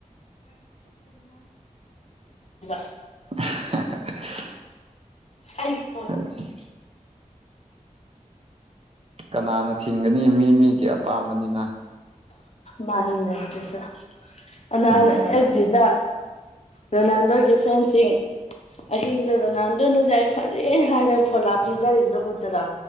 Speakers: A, on the left (about 50°); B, on the right (about 50°).
A: <inaudible>
B: <unintelligible>
A: ꯑꯩꯒꯤ ꯐꯣꯟꯗ
B: <unintelligible> ꯀꯅꯥꯅ ꯊꯤꯡꯒꯅꯤ ꯃꯤ ꯃꯤꯒꯤ ꯑꯄꯥꯝꯕꯅꯤꯅ꯫
A: ꯃꯥꯅꯤꯅꯦ ꯑꯗꯨꯁꯨ ꯅꯍꯥꯟ
B: ꯎꯝ
A: ꯑꯦꯐ ꯕꯤꯗ ꯔꯣꯅꯥꯜꯗꯣꯒꯤ ꯐꯦꯟꯁꯤꯡ ꯑꯍꯤꯡꯗ ꯔꯣꯅꯥꯟꯗꯣꯅ ꯌꯥꯏ ꯐꯔꯦ ꯍꯥꯏꯔꯒ ꯐꯣꯂꯥ ꯄꯤꯖꯔꯤꯗꫭ ꯎꯗ꯭ꯔꫭ꯫